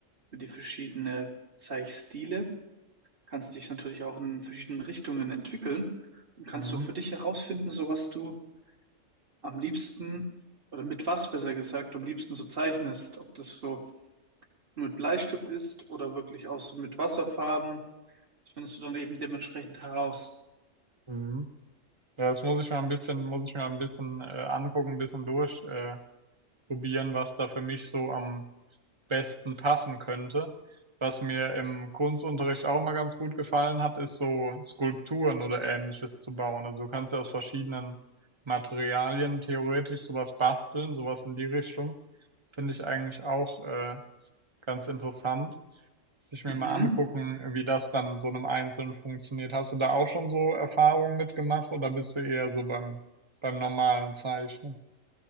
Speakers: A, on the right; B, on the right.
A: für die verschiedenen Zeichenstile, kannst dich natürlich auch in verschiedenen Richtungen entwickeln und kannst
B: Mhm.
A: so für dich herausfinden, so was du am liebsten oder mit was besser gesagt du am liebsten so zeichnest, ob das so nur mit Bleistift ist oder wirklich auch so mit Wasserfarben. Das findest du dann eben dementsprechend heraus.
B: Mhm. Ja, das muss ich mal ein bisschen muss ich mal ein bisschen, äh, angucken, ein bisschen durch äh probieren, was da für mich so am besten passen könnte. Was mir im Kunstunterricht auch immer ganz gut gefallen hat, ist so Skulpturen oder ähnliches zu bauen. Also du kannst ja aus verschiedenen Materialien theoretisch sowas basteln, sowas in die Richtung. Finde ich eigentlich auch äh, ganz interessant. Muss ich mir
A: Mhm.
B: mal angucken, wie das dann so einem Einzelnen funktioniert. Hast du da auch schon so Erfahrungen mitgemacht oder bist du eher so beim, beim normalen Zeichnen?